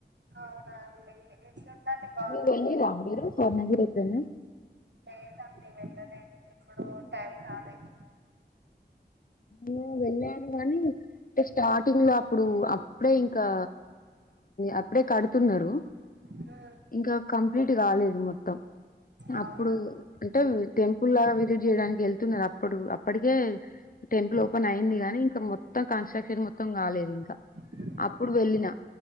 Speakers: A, on the right; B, on the left.
A: అవునా అండి ఎట్లా ఉంది అండి బా
B: వెల్లిండ్ర మీరు స్వర్ణగిరికి ఎప్పుడైనా
A: లేదండి వెళ్ళలేదు ఎప్పుడు టైం రాలేదు
B: నేను వెళ్ళాను కాని అంటే స్టార్టింగ్ లో అప్పుడు, అప్పుడే ఇంకా అప్పుడే కడుతున్నారు,
A: ఉమ్,
B: ఇంకా కంప్లీట్ కాలేదు మొత్తం,
A: అవునా
B: అప్పుడు అంటే టెంపుల్ లాగా విజిట్ చేయడానికి వెళ్తున్నారు అప్పుడు అప్పటికే టెంపుల్ ఓపెన్ అయింది కానీ ఇంకా మొత్తం కన్స్ట్రక్షన్ మొత్తం కాలేదు ఇంకా,
A: ఉమ్,
B: అప్పుడు వెళ్ళిన